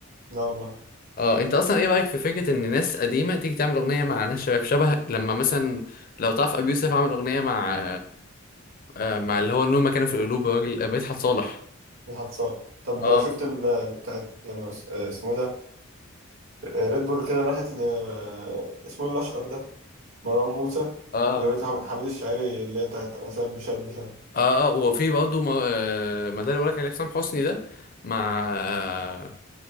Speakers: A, on the right; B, on the left.
A: لا والله
B: اه انت اصلا ايه رايك في فكره ان ناس قديمه تيجي تعمل اغنيه مع ناس شباب شبه لما مثلا لو تعرف ابي يوسف عمل اغنيه مع آه مع اللي هو النور مكانه في القلوب الراجل مدحت صالح
A: مدحت صالح طب
B: اه
A: شفت ال بتاعت لما اس- آه، اسمه إيه ده ريد بول كده راحت ل آه، اسمه إيه الأشقر ده مروان موسى
B: اه
A: وجابت له حميد الشاعري اللي هي بتاعت أنا شاب شاب شاب
B: اه اه وفي برضه ما آه، ما ده اللي بقولك عليه حسام حسني ده مع آه،